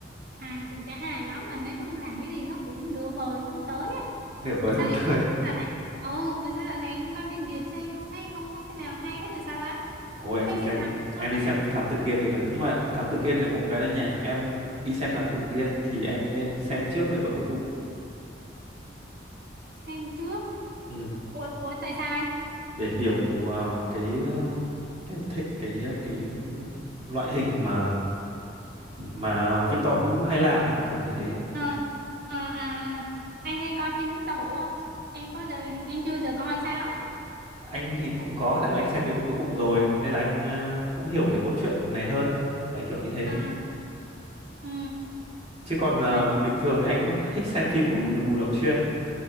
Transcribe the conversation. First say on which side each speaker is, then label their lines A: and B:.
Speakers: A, on the right (about 55°); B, on the right (about 35°).
A: hài cũng chả hài lắm mà nói chung làm cái gì nó cũng nửa vời nó không tới á
B: nửa vời
A: mà sao
B: không
A: em
B: tơi
A: coi dạo này ừ mà sao dạo này em coi phim Việt sao em thấy không có cái nào hay hết là sao ta
B: Thôi
A: không
B: em
A: thấy
B: đi xem
A: phim nào hay luôn
B: em đi
A: á
B: xem Thám Tử Kiên thì được nhưng mà Thám Tử Kiên thì có một cái là nhảy em đi xem Thám Tử Kiên thì em nên xem trước người vợ cuối cùng
A: xem trước
B: ừ.
A: ủa, ủa tại sao anh?
B: để hiểu ờ, cái cái thị- cái cái loại hình mà mà Victor Vũ hay làm ấy kiểu như thế
A: Ờ, ờ, à, à. Anh hay coi phim Victor Vũ không? Em có giờ em chưa giờ coi sao á.
B: anh thì cũng có tại vì anh xem người vợ cuối cùng rồi nên là anh ờ, cũng hiểu cái cốt truyện này hơn đấy kiểu như thế
A: À, ừ,
B: chứ còn ờ,
A: mà
B: bình thường thì anh cũng thích xem phim của Bùi Bùi Lọc Chuyên